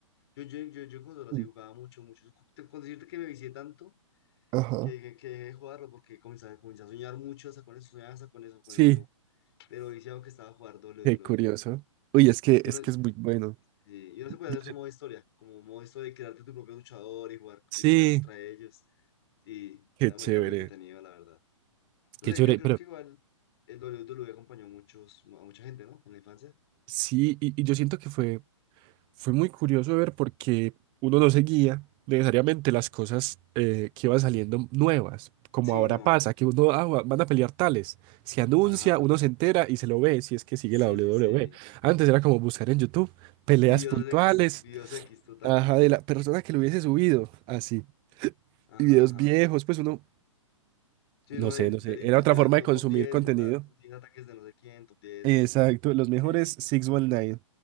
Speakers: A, on the left; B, on the right.
A: Yo, yo, yo, yo en consola sí
B: Mm.
A: jugaba mucho, mucho. Te- Con decirte que me vicié tanto
B: Ajá.
A: que, que, que dejé de jugarlo porque comencé, a- comencé a soñar mucho hasta con eso, soñaba hasta con eso, con
B: Sí.
A: el juego. De lo viciado que estaba a jugar WWE.
B: Qué curioso. Uy, es que
A: Yo
B: es
A: no,
B: que es muy bueno.
A: sí, yo no se puede
B: Yo
A: hacer
B: sé-
A: su modo historia, como modo historia de crearte tu propio luchador y jugar
B: Sí,
A: y pelear contra ellos. Sí,
B: Qué
A: era
B: chévere.
A: muy, era muy entretenido, la verdad. No
B: qué
A: sé,
B: chévere,
A: yo creo
B: pero
A: que igual el WWE acompañó a muchos, a mucha gente, ¿no? En la infancia.
B: Sí, y, y yo siento que fue, fue muy curioso ver porque uno no seguía necesariamente las cosas eh, que iban saliendo nuevas, como
A: Sí,
B: ahora
A: no.
B: pasa, que uno, ah, va- van a pelear tales, se anuncia,
A: Ajá.
B: uno se entera y se lo ve, si es que sigue
A: Sí,
B: la WWE.
A: sí, sí.
B: Antes era como buscar en YouTube peleas
A: Videos
B: puntuales,
A: X, videos X total.
B: ajá, de la persona que lo hubiese subido, así,
A: Ajá,
B: y videos
A: ajá.
B: viejos, pues uno
A: Sí, no,
B: No sé,
A: y- y-
B: no sé. Era
A: literal,
B: otra forma
A: to-
B: de consumir
A: top 10
B: contenido.
A: ju- ah, top 10 ataques de no sé quién, top diez
B: Exacto, los mejores
A: Sí,
B: 619.